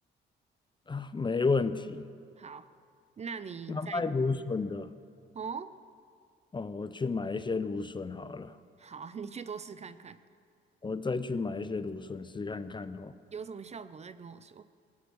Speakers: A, on the left (about 25°); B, on the right (about 35°).
A: 啊没问题。
B: 好，那你再
A: 那卖芦笋的，
B: 哦，
A: 哦，我去买一些芦笋好了，
B: 好，<laughs> 你去多试看看，
A: 我再去买一些芦笋试看看哦。
B: 有什么效果再跟我说。